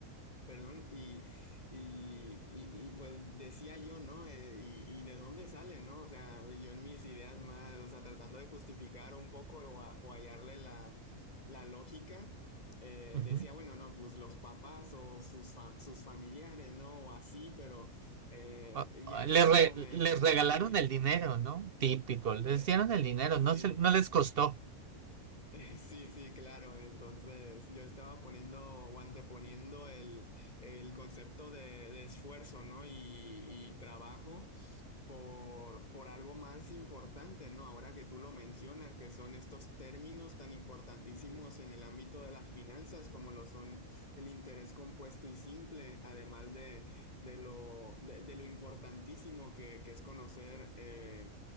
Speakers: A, on the left; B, on the right.
A: Perdón, y, y, y- y, pues decía yo, ¿no? Eh, y, y de dónde sale, ¿no? O sea, yo en mis ideas más, o sea, tratando de justificar un poco o, a- o hallarle la, la lógica eh,
B: ujú.
A: decía, bueno, no, pues los papás o sus, fa- sus familiares, ¿no? O así, pero eh,
B: O-
A: y
B: o-
A: ya luego
B: Le, re-
A: me
B: les
A: fui,
B: regalaron el dinero, ¿no? Típico, les
A: eh,
B: dieron el dinero,
A: sí,
B: no se, no les costó,
A: <laughs> Sí, sí, claro. Entonces yo estaba poniendo o anteponiendo el, el concepto de, de esfuerzo, ¿no? Y, y trabajo por, por algo más importante, ¿no? Ahora que tú lo mencionas, que son estos términos tan importantísimos en el ámbito de las finanzas, como lo son el interés compuesto y simple, además de, de lo, de, de lo importantísimo que, que es conocer. eh,